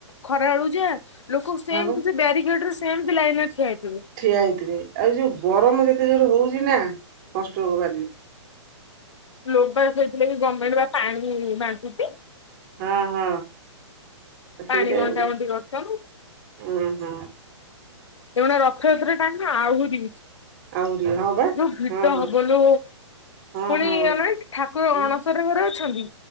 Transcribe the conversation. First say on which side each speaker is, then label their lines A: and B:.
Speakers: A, on the left (about 70°); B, on the right (about 40°).
A: ଖରାବେଳୁ ଯାଆ, ଲୋକ ସେମତି
B: ହଁ ବା
A: ପଛେ ବ୍ୟାରିକେଡରୁ ସେମତି ଲାଇନରେ ଠିଆ ହେଇଥିବେ।
B: ଠିଆ ହେଇଥିବେ। ଆଉ ଯୋଉ ଗରମ ଯେତେ ଜୋରେ ହଉଛି ନା ସନଷ୍ଟ୍ରୋକ୍ ବାହାରିଯିବ।
A: ଗ୍ଲୋବାଲ କହିଥିଲେ କି ଗମେଣ୍ଟ ବା ପାଣି ବାଣ୍ଟୁଚି।
B: ହଁ ହଁ, ତ
A: ପାଣି
B: ସେଇ ଟାଇମରେ
A: ବଣ୍ଟା ବଣ୍ଟି କରୁଛନ୍ତି
B: ହୁଁ ହୁଁ।
A: ଏଗୁଡା ରଥଯାତ୍ରା ଟାଇମ୍ ନା ଆହୁରି
B: ଆହୁରି ହଁ ବା
A: ଯୋଉ ଭିଡ
B: ହଁ ହଁ
A: ହବଲୋ,
B: ହଁ
A: ପୁଣି
B: ହଁ
A: ଅନେଇ ଠାକୁର
B: ହୁଁ
A: ଅଣ ଶର ଘରେ ଅଛନ୍ତି,